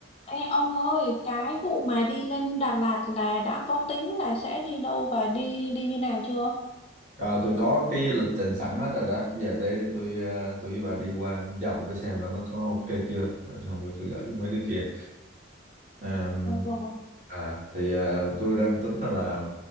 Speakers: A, on the left; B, on the right.
A: Ê, ông ơi, cái vụ mà đi lên Đà Lạt là đã có tính là sẽ đi đâu và đi đi như nào chưa?
B: À, tôi có cái lịch trình sẵn hết rồi đó. Bây giờ tới đây tôi ờ, tôi với bà đi qua vòng cái xem là nó có ok chưa. Rồi Xong rồi tôi gửi cho mấy đứa kia. Ờm,
A: Ờ, rồi
B: à thì ờ, tôi đang tính là, là